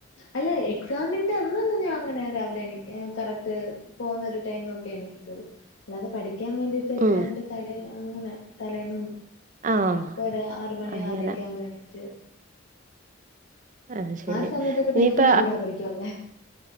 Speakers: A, on the left (about 85°); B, on the right (about 40°).
A: അല്ല എക്സാമിന്റെ അന്നൊന്നും ഞാ ങ്ങ- ഞാ രാവിലെ എണീക്ക കറക്റ്റ് പോവു ന്നൊരു ടൈം നോക്കി എണീക്ക ത്തൊള്ളൂ ല്ലാതെ പഠിക്കാൻ വേണ്ടിട്ട് എക്സാമിന്റെ
B: ഉം
A: തലേ ങ്ങനെ തലേന്നും
B: ആഹ്
A: ഒര ആറ്മണി
B: അങ്ങനെ
A: ആറരരൊക്കാവുമ്പോ ണീറ്റ്
B: അത് ശരി
A: ആഹ് സമയത്തൊക്കെ
B: ഇനിയിപ്പ
A: ഭയങ്കര ചൂടാ പഠിക്കാ ല്ലേ